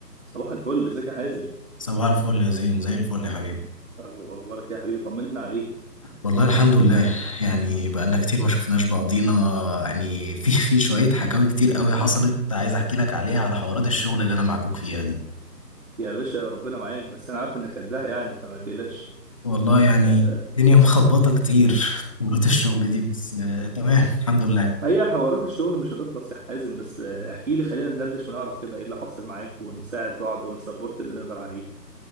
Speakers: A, on the right; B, on the left.
A: صباح الفل ازيك يا حازم
B: صباح الفل يا زين زي الفل يا حبيبي
A: أهو- اخبارك إيه يا حبيبي طمنا عليك
B: والله الحمد لله يعني بقالنا كتير ما شفناش بعضينا يعني في في شوية حكاوي كتير قوي حصلت عايز احكي لك عليها على حوارات الشغل اللي انا معكوك فيها دي
A: يا باشا ربنا معاك بس انا عارف انك قدها يعني فما تقلقش
B: والله يعني
A: آه،
B: الدنيا <laughs> مخبطة كتير في حوارات الشغل دي بس آه تمام الحمد لله
A: هي حوارات الشغل مش هتخلص يا حازم بس آه، احكي لي خلينا ندردش ونعرف كده ايه اللي حاصل معاك ونساعد بعض ونسبورت اللي نقدر عليه